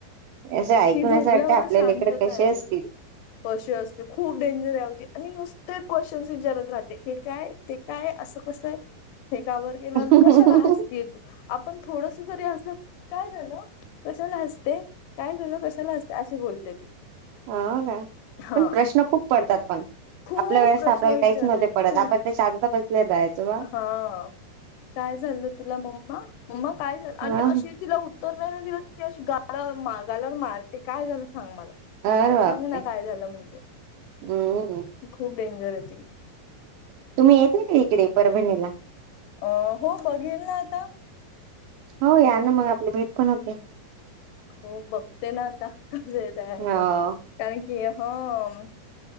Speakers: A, on the right (about 80°); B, on the left (about 80°).
A: असं ऐकून
B: ती झोपल्यावरच
A: असं वाटतं आपल्या
B: शांतता
A: लेकरं कसे
B: येईल.
A: असतील
B: कशी असते खूप डेंजरया होती आणि नुसतं क्वेश्चन्स विचारत राहते. हे काय, ते काय असं कसं हाय? हे का बर केेलं आणि
A: हो
B: कशाला हसते तू? आपण थोडस जरी हसलं काय झालं, कशाला हसते? काय झालं कशाला हसते? अशी बोलते ती.
A: आं हा
B: हा
A: पण प्रश्न खूप पडतात पण,
B: खूप
A: आपल्या वेळे तसं
B: प्रश्न
A: आपल्याला
B: विचारते
A: काहीच नव्हते
B: ती
A: पडत.
B: खूप
A: आपण ते शांत बसले राहायच वा.
B: हा काय झालं तुला मम्मा मम्मा काय झालं आणि
A: हा
B: अशी तिला उत्तर नाही ना दिलं तर ती अशी गालावर गालावर मारते, काय झालं सांग मला.
A: अरे बापरे
B: सांग ना काय झालं म्हणते.
A: हम्म
B: खूप डेंजर आहे ती.
A: तुम्ही येत नाही का इकडे परभणीला?
B: अ हो बघेल ना आता.
A: हो या ना मग, आपली भेटपण होते.
B: हो बघते ना आता, कस येत आहे आता.
A: हो
B: कारण की की हम्म.